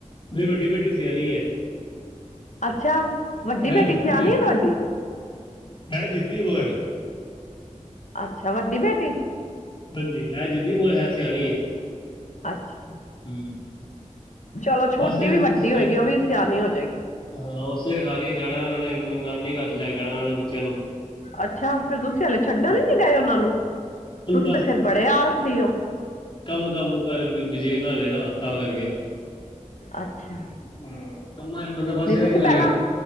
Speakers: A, on the left; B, on the left.
A: ਮੇਰੀ ਵੱਡੀ ਬੇਟੀ ਸਿਆਣੀ ਐ।
B: ਅੱਛਾ, ਵੱਡੀ
A: ਹੈ
B: ਬੇਟੀ
A: ਜਿੱਦੀ
B: ਸਿਆਣੀ
A: ਹੈ
B: ਆ ਤੁਹਾਡੀ?
A: ਹੈ ਜਿੱਦੀ ਪਰ।
B: ਅੱਛਾ, ਵੱਡੀ ਬੇਟੀ?
A: ਹਾਂਜੀ, ਹੈ ਜਿੱਦੀ <unintelligible> ਹੈ ਸਿਆਣੀ ਏ।
B: ਅੱਛਾ।
A: ਹੂੰ।
B: ਚਲੋ ਛੋਟੀ
A: ਨਾ ਸਿਰ
B: ਵੀ ਵੱਡੀ
A: ਸਿਰ
B: ਹੋਏਗੀ, ਓ ਵੀ ਸਿਆਣੀ ਹੋਜੇਗੀ।
A: ਹਾਂ, ਓ ਸਿਰ ਖਾਰੀ ਜਾਣਾ ਓਨਾਂ ਨੇ ਨਾਨੀ ਘਰ ਲੈ ਕੇ ਜਾਣਾ ਓਨਾਂ ਨੂੰ ਬੱਚਿਆਂ ਨੂੰ।
B: ਅੱਛਾ, ਫਿਰ ਤੁਸੀਂ ਹਲੇ ਛੱਡਣ
A: ਹਾਂ,
B: ਈ ਨੀ ਗਏ ਉਨਾਂ ਨੂੰ,
A: ਹੁਣ
B: ਤੁਸੀਂ ਤੇ ਫੇਰ ਬੜੇ ਆਲਸੀ ਓ।
A: ਕੰਮ-ਕੰਮ ਕਾਰਾ ਬੀਜੀ ਬਣਾਲੇ ਨਾਂ ਤਾਂ ਕਰਕੇ।
B: ਅੱਛਾ,
A: ਹਾਂ, ਕੰਮਾਂ 'ਚ ਬੰਦਾ ਫਸ
B: ਨਈ
A: ਜਾਣਾ
B: ਤੁਸੀਂ
A: ਇੱਕ
B: ਪੈਲਾਂ
A: ਵਾਰੀ